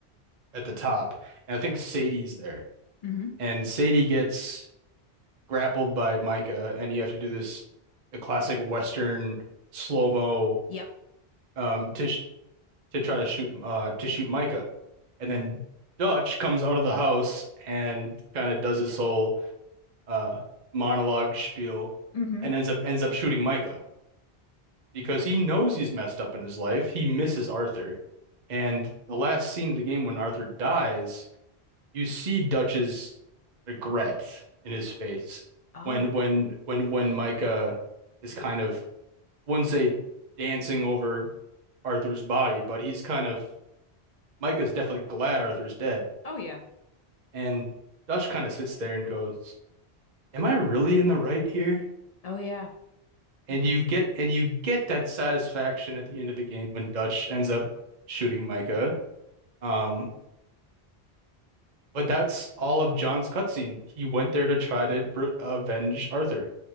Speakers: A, on the right (about 45°); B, on the left (about 55°).
A: at the top, and I think Sadie's there,
B: Mm-hmm.
A: and Sadie gets grappled by Micah, and you have to do this the classic Western slow-mo
B: Yep.
A: um, to to try to shoot uh to shoot Micah. And then Dutch comes out of the house and kind of does his whole uh monologue spiel
B: Mm-hmm.
A: and ends up ends up shooting Micah because he knows he's messed up in his life. He misses Arthur. And the last scene of the game when Arthur dies, you see Dutch's regret in his face
B: Oh,
A: when when when when Micah is kind of I wouldn't say dancing over Arthur's body, but he's kind of Micah's definitely glad Arthur's dead.
B: Oh yeah.
A: And Dush kind of sits there and goes, Am I really in the right here?
B: oh yeah, he
A: And
B: has.
A: you get and you get that satisfaction at the end of the game when Dutch ends up shooting Micah. Um, but that's all of John's cutscene. He went there to try to re- avenge Arthur.